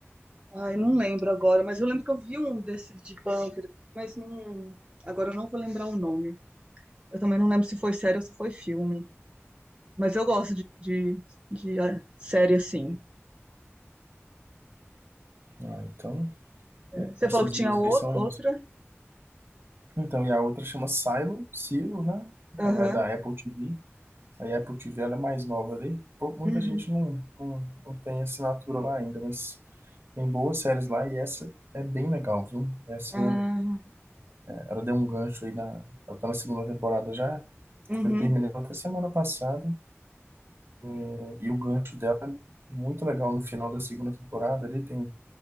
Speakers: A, on the right; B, on the right.
A: Ai, não lembro agora. Mas eu lembro que eu vi um desses de bunker, assim, mas não. Agora eu não vou lembrar o nome. Eu também não lembro se foi série ou se foi filme. Mas eu gosto de, de, de, ah, série assim.
B: Ah, então,
A: Você
B: essas
A: falou que tinha
B: duas
A: ou-
B: aí são.
A: outra?
B: Então, e a outra chama Silo, Silo, né?
A: Aham.
B: Ela é da Apple TV. Aí a Apple TV ela é mais nova ali. Pou- Muita
A: Uhum.
B: gente não, não, não tem assinatura lá ainda, mas tem boas séries lá e essa é bem legal, viu? Essa,
A: Ah,
B: ela deu um gancho aí na. Ela tá na segunda temporada já.
A: uhum.
B: Eu terminei ela até semana passada. né? E o gancho dela é muito legal no final da segunda temporada ali. Tem